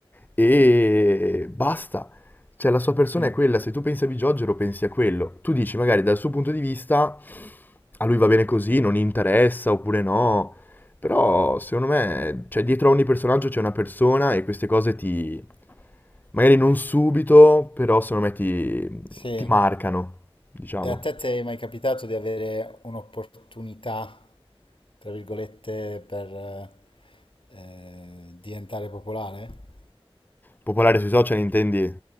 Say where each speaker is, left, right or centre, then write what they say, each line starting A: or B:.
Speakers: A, on the left; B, on the left.
A: e basta. Cioè la sua persona
B: Mm.
A: è quella, se tu pensi a Bigiorgero pensi a quello. Tu dici magari dal suo punto di vista a lui va bene così, non gli interessa oppure no. Però secondo me, cioè dietro a ogni personaggio c'è una persona e queste cose ti... magari non subito, però secondo me ti,
B: Sì.
A: ti marcano, diciamo.
B: E a te ti è mai capitato di avere un'opportunità, tra virgolette, per eh, diventare popolare?
A: Popolare sui social intendi?